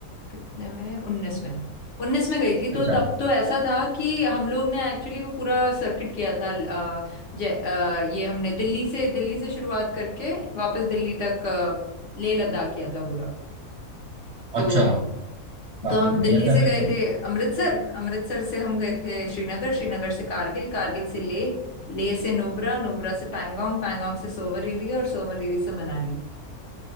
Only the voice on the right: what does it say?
अच्छा
अच्छा वाह,
बढ़िया
था
फिर
तो